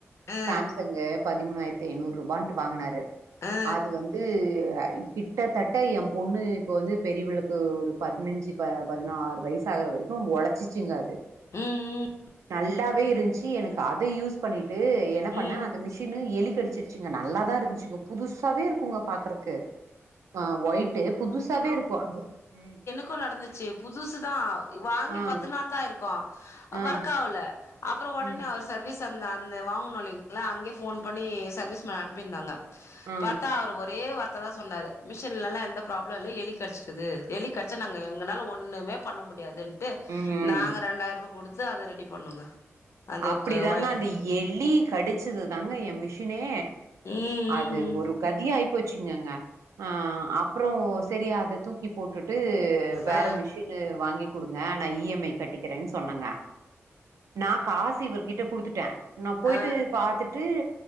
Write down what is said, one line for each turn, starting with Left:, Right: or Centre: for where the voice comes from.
Left: ஆ
Right: சேம்சங்கு பதிமூணாயிர்த்தைனூரூபான்ட்டு வாங்குனாரு
Left: ஆ
Right: அது வந்து கிட் டத்தட்ட எம் பொண்ணு இப்போ வந்து பெரியவ்ளுக்கு ஒரு பதினஞ்சு ப பதினாறு வயசு ஆகறவரிக்கு ஒழச்சிச்சுங்க அது
Left: ம் ம்
Right: நல்லாவே இருன்ச்சி எனுக் கத யூஸ்ப் பண்ணிட்டு என்ன பண்ண
Left: ம்
Right: அந்த மிஷின்னு எலி கடிச்சிர்ச்சிங்க நல்லாதா இர்ந்த்ச்சு புதுசாவேருக்குங்க பாக்குறக்கு ஆ ஒய்ட்டு புதுசாவே இருக்கு அது ம்
Left: கு நடந்துச்சி புதுசுதா வாங்கி
Right: ஆ
Left: பத்து நாள் தாயிருக்கோ
Right: ஆ
Left: வருக்காவுல அப்றோ ஒடனே
Right: ம்
Left: அவுரு சர்வீஸ் அந்த அந்த வாங்குனோ இல்லிங்ளா அங்யே ஃபோன்
Right: ம் ம்
Left: பண்ணி சர்வீஸ் மேன் அன்ப்பிர்ந்தாங்க
Right: ஆ
Left: பாத்தா அவரு ஒரே வார்த்த தா சொன்னாரு மிஷ்ஷின்லல்லா
Right: ம்
Left: எந்த ப்ராப்ள இல்ல எலிக் கட்ச்சிக்குது எலி கடிச்சா நாங்க எங்கனால ஒன்னுமேப் பண்ண முடியாது ன்ட்டு
Right: ம் ம்
Left: நாங்க ரெண்டாயிர்பா குடுத்து அத ரெடி பண்ணோங்க அது
Right: அப்டி
Left: க
Right: தாங்க
Left: ஒயர
Right: அந்த எலி கடிச்சிது தாங்க என் மிஷ்ஷினே
Left: ம் ம்
Right: அது
Left: ம்
Right: ஒரு கதியா ஆய்ப் போச்சிங்கங்க ஆ அப்றோ செரி அத தூக்கி போட்டுட்டு வேற
Left: ஆ
Right: மிஷின் வாங்கி் குடுங்க நா இ எம் ஐ கட்டிக்கிறேன் சொன்னங்க நா காசு இவர்கிட்ட குடுத்துட்டே நா போய்ட்டு
Left: ஆ
Right: பாத்துட்டு